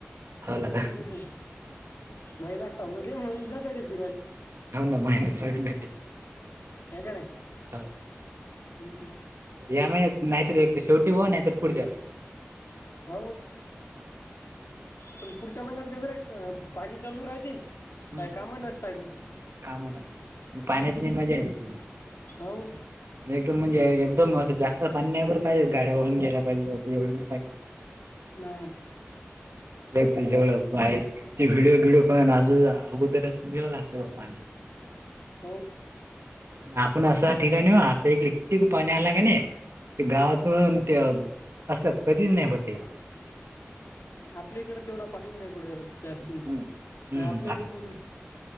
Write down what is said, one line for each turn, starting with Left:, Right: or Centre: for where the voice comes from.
Right: हो ना
Left: मग दिल कि महिना स हूदे म्हणून जात्याली फिरायला
Right: हावना <unintelligible>
Left: हे का नाही हम्म.
Right: या महिन्यात नाहीतर एक तर शेवटी हो नाहीतर पुढच्या महिन्या
Left: हो पण पुढच्या महिन्यात कास रे पाणी चालू राहिते
Right: हम
Left: काय काम नसतायत.
Right: काम नसतात आणि पान्यातनी मजा येते.
Left: हो
Right: एकदम म्हणजे एकदम असं जास्त पाणी नाही बर पाहिजे गाड्या वाहून गेल्या पाहिजे असं एवढं नाही पाहिजे.
Left: मग
Right: एकट जेवलो बाहेर ते व्हिडिओ बिडीओ <unintelligible> अगोदर अस <unintelligible> असते पाण्यात
Left: हो
Right: अन आपण असा ठिकाणी ओ आपल्या <unintelligible> पाणी आला किनी कि गावातून त्यो अस कधी नाय होत.
Left: ब आपल्या इकडे तेवढं पाणी नाही पढरी जास्ती नाही
Right: हम्म
Left: आपल्या
Right: आपलं
Left: इकड कोण